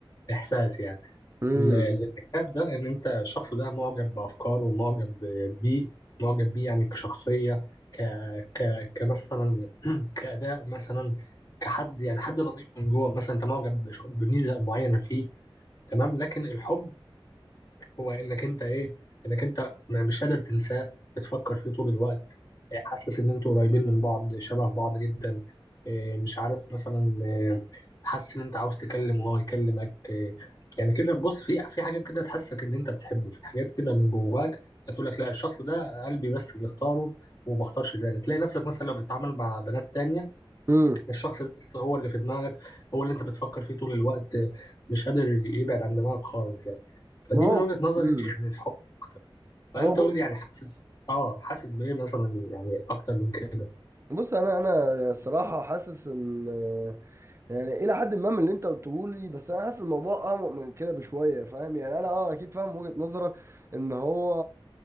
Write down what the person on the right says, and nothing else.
امم
امم
ما هو
امم
هو
ب-
بص انا انا يعني الصراحه حاسس ان يعني الى حد ما من اللي انت قلته لي بس انا حاسس الموضوع اعمق من كده بشويه فاهم يعني انا اه اكيد فاهم وجهه نظرك ان هو